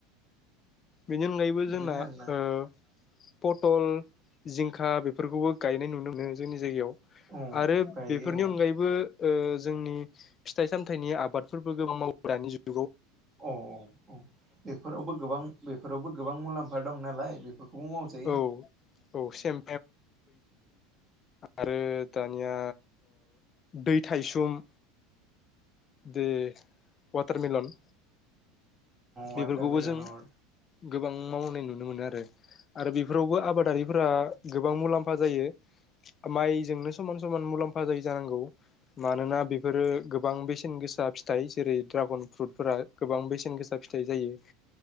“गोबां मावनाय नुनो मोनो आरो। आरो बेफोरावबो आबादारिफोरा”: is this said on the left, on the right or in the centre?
Left